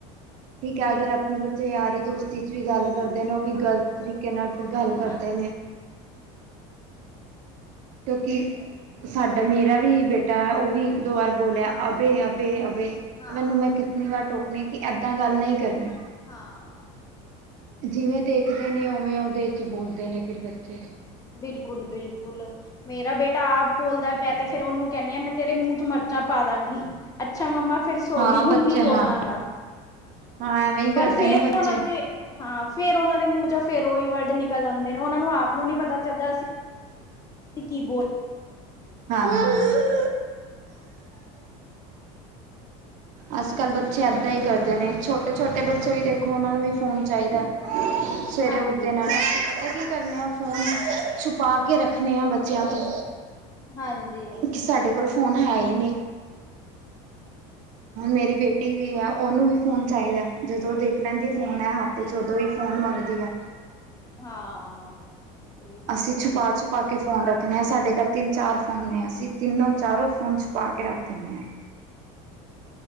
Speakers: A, on the right; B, on the left.
A: ਠੀਕ ਐ
B: ਬਿਲਕੁਲ।
A: ਅਗਰ ਅਪਨੇ ਬੱਚੇ ਯਾਰੀ-ਦੋਸਤੀ ਚ ਵੀ ਗਾੱਲ ਕਰਦੇ ਨੇ, ਓ ਵੀ
B: ਹਾਂ
A: ਗਲਤ ਤਰੀਕੇ ਨਾਲ ਫਿਰ ਗਾੱਲ ਕਰਦੇ
B: ਹਾਂ
A: ਨੇ। ਕਿਉਂਕਿ ਸਾਡਾ, ਮੇਰਾ ਵੀ ਬੇਟਾ, ਓ ਵੀ ਇੱਕ-ਦੋ ਵਾਰ ਬੋਲੇਆ ਅਬੇ, ਅਬੇ, ਅਬੇ।
B: ਹਾਂ
A: ਐਨਾ ਨੂੰ ਮੈਂ ਕਿਤਨੀ ਵਾਰ ਟੋਕਨੀ ਆਂ ਕਿ ਏਦਾਂ ਗਾੱਲ ਨਈ ਕਰਨੀ।
B: ਹਾਂ।
A: ਜਿਵੇਂ ਦੇਖਦੇ ਨੇ ਓਵੇਂ ਓਦੇ ਚ ਬੋਲਦੇ ਨੇ ਫਿਰ ਬੱਚੇ।
B: ਬਿਲਕੁਲ-ਬਿਲਕੁਲ। ਮੇਰਾ ਬੇਟਾ ਆਪ ਬੋਲਦੈ, ਮੈਂ ਤੇ ਫੇਰ ਓਨੂੰ ਕੈਨੀ ਆਂ, ਮੈਂ ਤੇਰੇ ਮੂੰਹ ਚ ਮਰਚਾਂ ਪਾ ਦਾਂਗੀ। ਅੱਛਾ ਮੰਮਾ ਫਿਰ ਸੋਰੀ,
A: ਹਾਂ ਬੱਚੇ
B: ਹੁਨ ਨੀ ਬੋਲਾਂਗਾ।
A: ਹਾਂ ਹਾਂ ਐਵੇਂ ਹੀ ਕਰਦੇ
B: ਪਰ ਫੇਰ
A: ਨੇ ਬੱਚੇ
B: ਓਨਾਂ ਦੇ ਹਾਂ ਫੇਰ ਓਨਾਂ ਦੇ ਮੂੰਹ ਚ ਫੇਰ ਓਈ ਵਰਡ ਨਿਕਲ ਆਂਦੇ ਨੇ, ਓਨਾਂ ਨੂੰ ਆਪ ਨੂੰ ਨੀ ਪਤਾ ਚੱਲਦਾ ਅਸੀ ਕੀ ਬੋਲ
A: ਹਾਂ। <unintelligible> ਆੱਜ-ਕਾੱਲ ਬੱਚੇ ਏਦਾਂ ਈ ਕਰਦੇ ਨੇ। ਛੋਟੇ-ਛੋਟੇ ਬੱਚੇ ਵੀ ਦੇਖੋ ਓਨਾਂ ਨੂੰ ਵੀ ਫੋਨ ਚਾਈਦੈ। ਸਵੇਰੇ
B: ਹਾਂਜੀ
A: ਉੱਠਦੇ ਨਾਲ, ਅਸੀ ਪਤਾ ਕੀ ਕਰਨੇ ਆਂ ਫੋਨ ਛੁਪਾ ਕੇ ਰੱਖਨੇ ਆਂ ਬੱਚੇਆਂ ਤੋਂ।
B: ਹਾਂਜੀ।
A: ਕਿ ਸਾਡੇ ਕੋਲ ਫੋਨ ਹੈ ਈ ਨੀ। ਹੁਨ ਮੇਰੀ ਬੇਟੀ ਵੀ ਹੈ, ਓਨੂੰ ਵੀ ਫੋਨ ਚਾਈਦੈ ਜਦੋਂ ਦੇਖ ਲੈਂਦੀ ਫੋਨ ਐ ਹੱਤ ਤੇਚ ਓਦੋਂ ਈ ਫੋਨ ਮੰਗਦੀ ਐ।
B: ਹਾਂ। ਇਹ ਤੇ
A: ਅਸੀ
B: ਹੈ ਹੀ
A: ਛੁਪਾ-ਛੁਪ
B: ਹੈ।
A: ਛੁਪਾ ਕੇ ਫੋਨ ਰੱਖਨੇ ਆਂ, ਸਾਡੇ ਘਾਰ ਤਿੰਨ-ਚਾਰ ਫੋਨ ਨੇ, ਅਸੀ ਤਿੰਨੋਂ-ਚਾਰੋਂ ਫੋਨ ਛੁਪਾ ਕੇ ਰਾੱਖ ਦੇਨੇ ਆਂ।